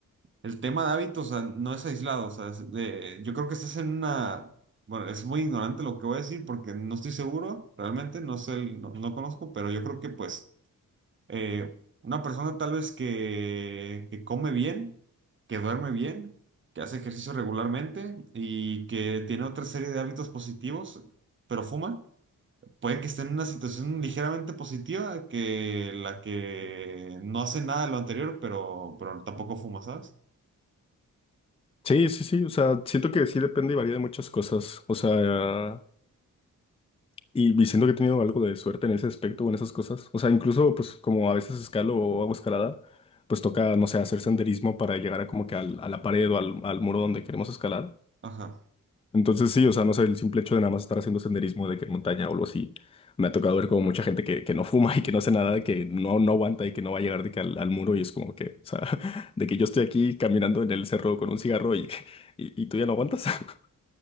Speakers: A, on the right; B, on the left.
A: el tema de hábitos, o sea, no es aislado. O sea, es de- yo creo que estás en una... Bueno, es muy ignorante lo que voy a decir porque no estoy seguro, realmente, no sé, no, no conozco, pero yo creo que pues eh, una persona tal vez que, que come bien, que duerme bien, que hace ejercicio regularmente y que tiene otra serie de hábitos positivos, pero fuma puede que esté en una situación ligeramente positiva que la que no hace nada de lo anterior, pero, pero tampoco fuma, ¿sabes?
B: Sí, sí, sí, o sea, siento que sí depende y varía de muchas cosas. O sea... Y, y siento que he tenido algo de suerte en ese aspecto en esas cosas. O sea, incluso pues como a veces escalo o hago escalada, pues toca, no sé, hacer senderismo para llegar a como que al- a la pared o al, al muro donde queremos escalar.
A: Ajá.
B: Entonces sí, o sea, no sé, el simple hecho de nada más estar haciendo senderismo de que en montaña o algo así, me ha tocado ver como mucha gente que, que no <laughs> fuma y que no hace nada, que no, no aguanta y que no va a llegar de que al, al muro y es como que, o sea, <laughs> de que yo estoy aquí caminando en el cerro con un cigarro y, <laughs> y, y tú ya no aguantas. <laughs>